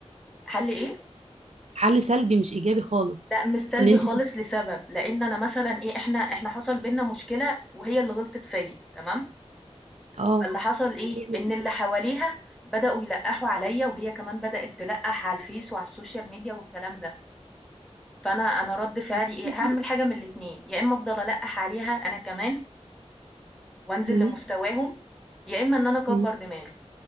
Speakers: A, in the centre; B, on the right (about 70°).
A: حل إيه؟
B: حل سلبي مش إيجابي خالص
A: لأ مش سلبي
B: إن أنت
A: خالص
B: تسكتي
A: لسبب، لأن أنا مثلًا إيه، إحنا إحنا حصل بيننا مشكلة وهي اللي غلطت فيّا تمام؟
B: أه
A: فاللي حصل
B: <laughs>
A: إيه،
B: يعني
A: إن اللي حواليها بدأوا يلقّحوا عليَّ وهي كمان بدأت تلقّح على الفيس وعلى السوشيال ميديا والكلام ده، فأنا أنا رَد فعلي
B: أنت-
A: إيه، هاعمل حاجة من الاتنين، يا إمّا أفضل ألقّح عليها أنا كمان وأنزل
B: مم.
A: لمستواهم، يا إمّا إن أنا أكبّر
B: مم.
A: دماغي،